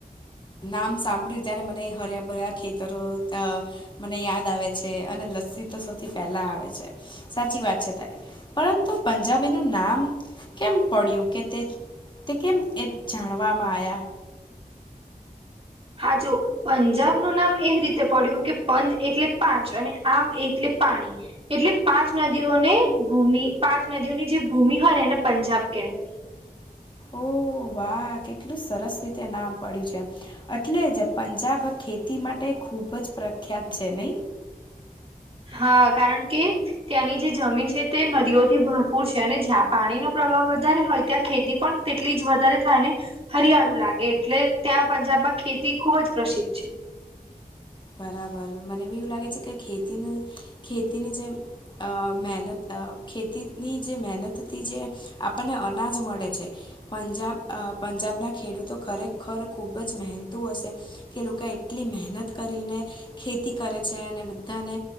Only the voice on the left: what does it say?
નામ સાંભળ્યું ત્યારે મને હર્યા ભર્યા ખેતરો અ મને યાદ આવે છે અને લસ્સી તો સૌથી પહેલા આવે છે સાચી વાત છે તારી પરંતુ પંજાબીનુ નામ કેમ પડ્યું કે તે તે કેમ એ જાણવામાં આયા?
ઓહ વાહ કેટલું સરસ રીતે નામ પડ્યું છે. એટલે જ પંજાબ ખેતી માટે ખૂબ જ પ્રખ્યાત છે નહી
બરાબર મને બી એવું લાગે છે કે ખેતીનું ખેતીની જેમ અ મહેનત ખેતીની જે મહેનતથી જે આપણને અનાજ મળે છે. પંજાબ પંજાબના ખેડૂતો ખરેખર ખૂબ જ મહેનતું હશે કે એ લોકા એટલી મહેનત કરીને ખેતી કરે છે અને બધાને